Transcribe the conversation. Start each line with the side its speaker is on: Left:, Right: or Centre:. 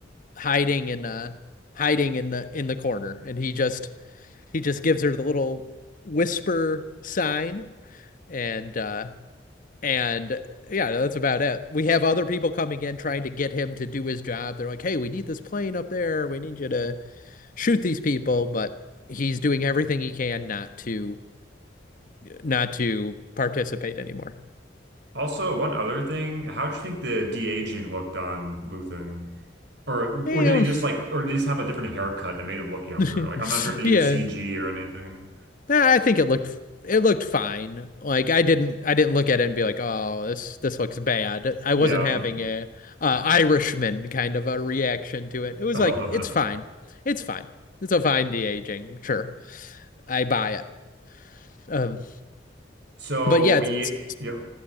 Left: hiding in uh hiding in the in the corner, and he just he just gives her the little whisper sign and uh and yeah, that's about it. We have other people coming in trying to get him to do his job. They're like, "Hey, we need this plane up there. We need you to shoot these people," but he's doing everything he can not to not to participate anymore.
Right: Also, one other thing, how do you think the de-aging looked on Luthen? Or
Left: Yeah,
Right: or did he just like or did he just have a different haircut that made him look younger?
Left: <laughs>
Right: Like I'm not sure if they
Left: Yeah.
Right: used CG or anything.
Left: Nah, I think it looked it looked fine. Like I didn't I didn't look at it and be like, "Oh, this this looks bad." I wasn't
Right: Yeah.
Left: having a uh, Irishman kind of a reaction to it. It was
Right: <laughs>
Left: like, "It's fine. It's fine. It's a fine de-aging. Sure. I buy it." Um,
Right: so
Left: but yeah,
Right: we
Left: it's, it's
Right: yeah